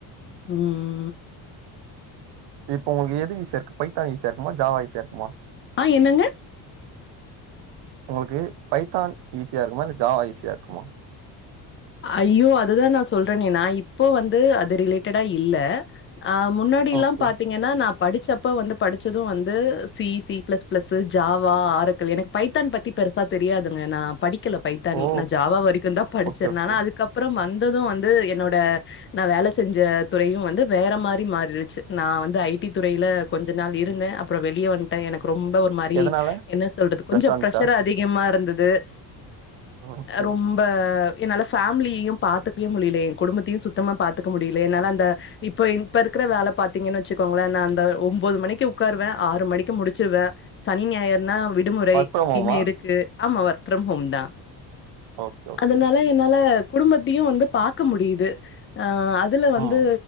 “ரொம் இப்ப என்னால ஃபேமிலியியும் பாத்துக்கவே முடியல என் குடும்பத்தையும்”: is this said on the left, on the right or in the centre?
Left